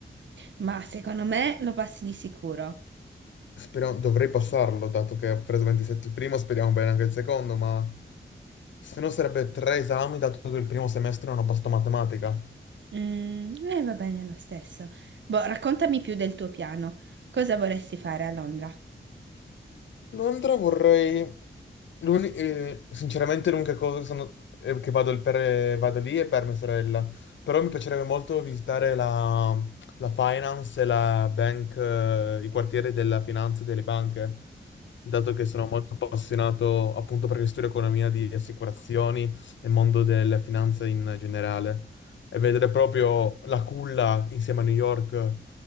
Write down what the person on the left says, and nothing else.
Speriamo, dovrei passarlo, dato che ho preso 27 il primo, speriamo bene anche il secondo, ma se no sarebbe tre esami, dato che il primo semestre non ho passato matematica.
Londra vorrei... l'uni- eh, sinceramente l'unica cosa che, sono- eh, che vado, il per- vado lì è per mia sorella, però mi piacerebbe molto visitare la, la finance e la bank, eh, i quartieri della finanza e delle banche, dato che sono molto appassionato appunto perché studio economia di assicurazioni e mondo della finanza in generale e vedere proprio la culla insieme a New York